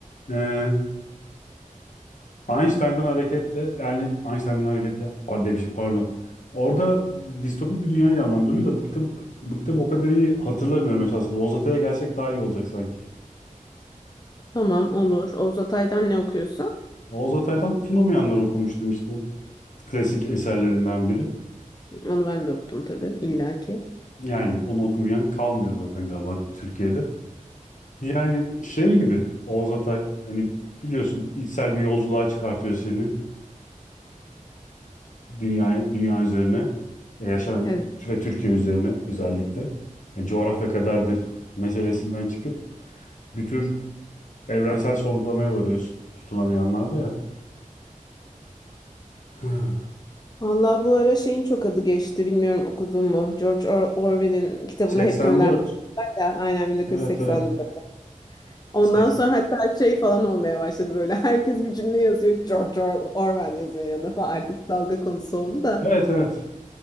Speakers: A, on the left; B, on the left.
A: Ee, Einstein'dan hareketle yani Einstein'dan hareketle pardon demişim pardon. Orada distopik bir dünyayı canlandırıyor da bu kitap bu kitabı o kadar iyi hatırlamıyorum esasında. Oğuz Atay'a gelsek daha iyi olacak sanki.
B: Tamam olur. Oğuz Atay'dan ne okuyorsun?
A: Oğuz Atay'dan tutunamayanlar okumuştum işte o klasik eserlerinden biri.
B: Onu ben de okudum tabii illaki.
A: Yani onu okumayan kalmıyor zaten galiba Türkiye'de. Yani şey gibi Oğuz Atay hani biliyorsun içsel bir yolculuğa çıkartıyor seni dünyaya, dünya üzerine e, yaşayan
B: Evet.
A: ve Türkiye üzerine özellikle. Yani coğrafya kaderdir meselesinden çıkıp bir tür evrensel sorgulamaya varıyorsun tutulamayanlarda ya. <sighs>
B: Vallahi bu ara şeyin çok adı geçti. Bilmiyorum okudun mu? George Or- Orwell'in kitabına
A: 84.
B: hep gönderme var ya. Aynen 1984.
A: Evet evet.
B: Ondan
A: 80.
B: sonra hatta şey falan olmaya başladı böyle. <laughs> Herkes bir cümle yazıyor. George Orwell yazıyor yanına falan. Artık dalga konusu oldu da.
A: Evet evet.